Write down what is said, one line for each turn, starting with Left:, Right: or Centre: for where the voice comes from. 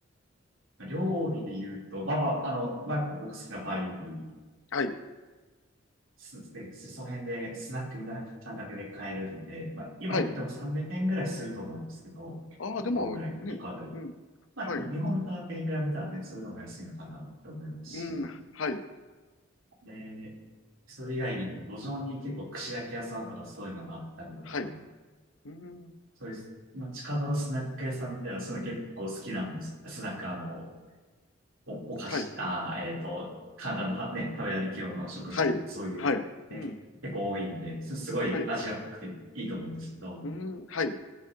Right: 料理で言うと、まあまあ、あの、まあやっぱ僕好きなバインミー、
Left: はい、
Right: すで、その辺でスナックみたいな感覚で買えるんで、まあ今言っても300円ぐらいすると思うんですけど、
Left: はい。ああ、
Right: 1個ぐらい、
Left: でも、ね、
Right: 1個あたり。
Left: うん、
Right: まあ日本の価格に比べたらね、
Left: はい、
Right: それでも安いのかなって思いますし、
Left: うん、はい、
Right: で、それ以外にも路上に結構串焼き屋さんとかそういうのがあったりとか、
Left: はい、うん、
Right: そういう、まあ近場のスナック屋さんみたいな、そういうの結構好きなんです。スナック、あの、お、お菓子、
Left: はい、
Right: あー、えっと、簡単なね、食べ歩き用の食事なんか、
Left: はい、
Right: そういう、
Left: はい、
Right: ね、
Left: うん、
Right: 結構多いんで、す、すごいアジアっぽくていいと思うんですけど、
Left: はい、うん、はい、